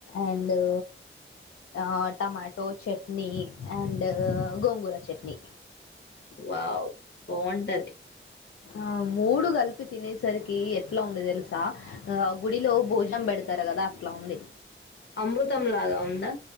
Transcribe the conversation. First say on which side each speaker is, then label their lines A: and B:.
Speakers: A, on the left (about 85°); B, on the left (about 55°).
A: అండు ఆ tomato chutney and gongura chutney
B: wow బాగుంటది
A: ఆ మూడు కలిపి తినేసరికి ఎట్లా ఉందో తెలుసా ఆ గుడిలో భోజనం పెడతారు కదా అట్లా ఉంది
B: అమృతం లాగా ఉందా